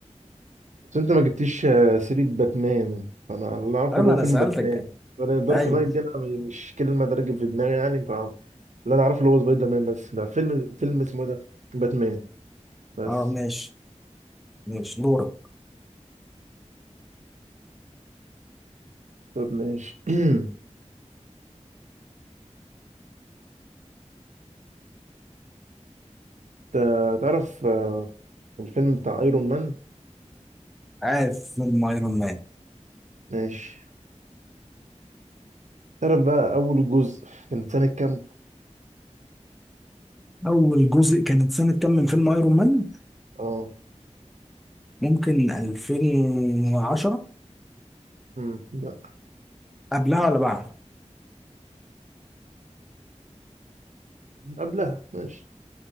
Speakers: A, on the right (about 75°); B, in the centre.
A: بس انت ما جبتيش آه، سيرة باتمان فانا أنا اللي اعرفه
B: أيوة
A: اللي هو
B: أنا
A: فيلم
B: سألتك
A: باتمان
B: ده
A: انا دارك
B: أيوة
A: نايت دي انا مش كلمة راكب في دماغي يعني ف اللي انا اعرفه اللي هو سبايدر مان بس لا فيلم فيلم اسمه إيه ده باتمان بس
B: أه ماشي ماشي دورك
A: طب ماشي <clears throat> تا- تعرف آه، الفيلم بتاع ايرون مان
B: عارف فيلم أيرون مان
A: ماشي تعرف بقى اول جزء كان سنة كام
B: أول جزء كانت سنة كام من فيلم أيرون مان؟
A: اه
B: ممكن 2010
A: مم، لا
B: قبلها ولا بعد؟
A: قبلها ماشي